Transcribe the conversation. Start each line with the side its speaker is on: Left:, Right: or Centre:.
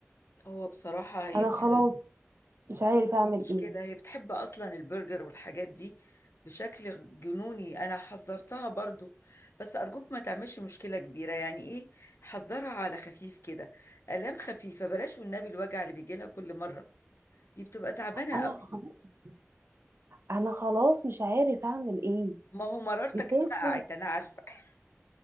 Left: هو بصراحة هي
Right: أنا
Left: فعلا
Right: خلاص مش عارف أعمل
Left: دي مشكلة
Right: إيه
Left: هي بتحب أصلا البرجر والحاجات دي بشكل جنوني أنا حذرتها برضو بس أرجوك ما تعملش مشكلة كبيرة يعني إيه حذرها على خفيف كده آلام خفيفة بلاش والنبي الوجع اللي بيجيلها كل مرة دي بتبقى تعبانة
Right: أنا
Left: قوي
Right: خلاص أنا خلاص مش عارف أعمل إيه
Left: ما هو مرارتك
Right: بتاكل
Left: اتفقعت أنا عارفة <laughs>